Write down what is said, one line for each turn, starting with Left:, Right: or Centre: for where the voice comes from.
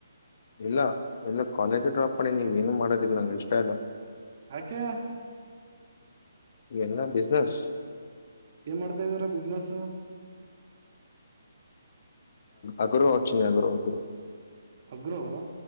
Left: ಇಲ್ಲ ಇಲ್ಲ ಕಾಲೇಜು ಡ್ರಾಪ್ ಮಾಡಿ ನೀ ಏನು ಮಾಡೋದಿಲ್ಲ ನಂಗ ಇಷ್ಟ ಇಲ್ಲ
Right: ಯಾಕೆ
Left: ಎನ್ನ ಬಿಜನೆಸ್
Right: ಏನ್ ಮಾಡ್ತಾದೀರ ಬಿಸ್ನೆಸ್
Left: ಅಗರು ಅನ ಆಗರು ಅಗರು
Right: ಅಗರು